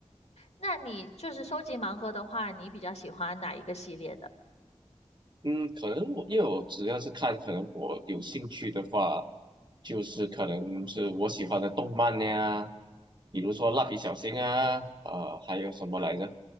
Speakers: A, on the left; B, on the right.
A: 那你就是收集盲盒的话，你比较喜欢哪一个系列的？
B: 嗯，可能我因为我只要是看，可能我有兴趣的话，就是可能是我喜欢的动漫呀，比如说蜡笔小新啊，呃，还有什么来着？